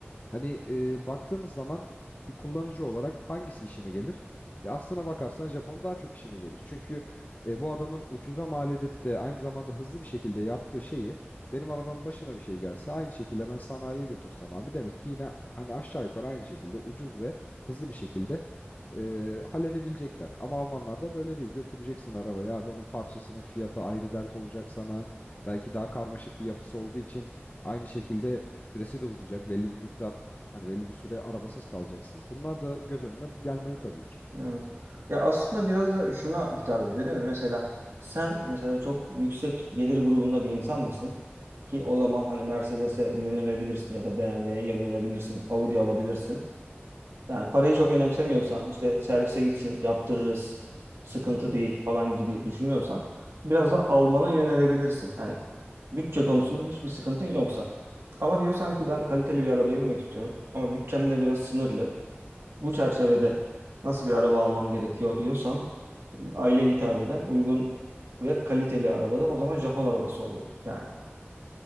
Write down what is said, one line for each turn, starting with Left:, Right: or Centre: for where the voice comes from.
Left: Hani e, baktığımız zaman bir kullanıcı olarak hangisi işime gelir? E aslına bakarsan Japon daha çok işime gelir. Çünkü e, bu adamın ucuza mal edip de aynı zamanda hızlı bir şekilde yaptığı şeyi benim arabamın başına bir şey gelse aynı şekilde ben sanayiye götürsem abi demek ki yine hani aşağı yukarı aynı şekilde ucuz ve hızlı bir şekilde e, halledebilecekler. Ama Almanlar da böyle değil. Götüreceksin arabayı abi onun parçasının fiyatı ayrı dert olacak sana. Belki daha karmaşık bir yapısı olduğu için aynı şekilde süresi de uzayacak. Belli bir miktar hani belli bir süre arabasız kalacaksın. Bunlar da göz önüne gelmeli tabii ki.
Right: Evet. Ya aslında biraz da şuna hitap ediyor değil mi? Mesela sen mesela çok yüksek gelir grubunda bir insan mısın? Ki o zaman hani Mercedes'e yönelebilirsin ya da BMW'ye yönelebilirsin, Audi alabilirsin. Yani parayı çok önemsemiyorsan işte servise gitsin, yaptırırız, sıkıntı değil falan gibi düşünüyorsan biraz da Alman'a yönelebilirsin. Hani bütçe konusunda hiçbir sıkıntın yoksa. Ama diyor sanki ben kaliteli bir arabaya binmek istiyorum ama bütçem de biraz sınırlı. Bu çerçevede nasıl bir araba almam gerekiyor diyorsan aileye hitap eden uygun ve kaliteli arabada o zaman Japon arabası oluyor yani.